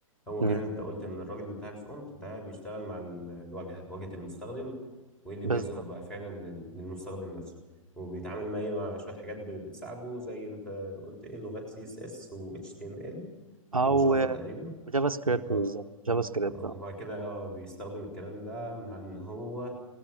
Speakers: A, in the centre; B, on the right (about 80°).
A: هو
B: مم.
A: كان انت قلت ان الراجل بتاع الفرونت ده بيشتغل مع ال- الواجهه واجهه المستخدم وايه اللي
B: بالظبط
A: بيظهر بقى فعلا لل- للمستخدم نفسه وبيتعامل مع ايه مع شويه حاجات ب- بتساعده زي انت قلت ايه لغات سي اس اس و اتش تي ام ال
B: او
A: وجافا
B: آه،
A: تقريبا
B: جافا سكريبت
A: اه
B: بالظبط جافا سكريبت
A: اه
B: اه
A: وبعد كده اه بيستخدم الكلام ده مع ان هو